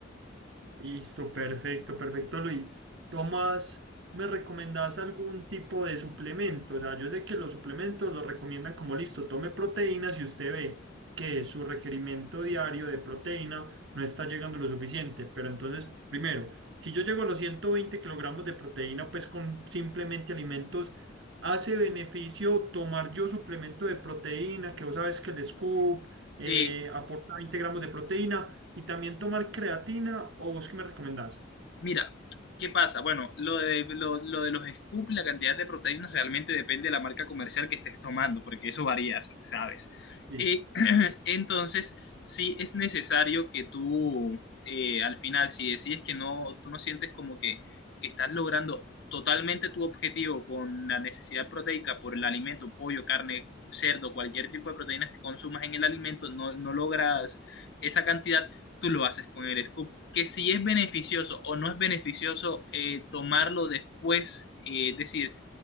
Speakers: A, on the right; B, on the left.
A: Listo, perfecto, perfecto, Luis. Tomás, ¿me recomendás algún tipo de suplemento? O sea, yo sé que los suplementos los recomiendan como listo, tome proteínas y usted ve que su requerimiento diario de proteína no está llegando lo suficiente. Pero entonces, primero, si yo llego a los 120 kilogramos de proteína, pues con simplemente alimentos, ¿hace beneficio tomar yo suplemento de proteína, que vos sabes que el scoop eh,
B: Sí,
A: aporta 20 gramos de proteína? Y también tomar creatina, o vos qué me recomendás?
B: Mira, ¿qué pasa? Bueno, lo de, lo, lo de los scoops, la cantidad de proteínas realmente depende de la marca comercial que estés tomando, porque eso varía, ¿sabes?
A: Sí.
B: Eh, <clears throat> entonces, sí es necesario que tú, eh, al final, si decides que no, tú no sientes como que, que estás logrando totalmente tu objetivo con la necesidad proteica por el alimento, pollo, carne, cerdo, cualquier tipo de proteínas que consumas en el alimento, no, no logras esa cantidad, tú lo haces con el scoop. Que si es beneficioso o no es beneficioso eh, tomarlo después, eh, es decir,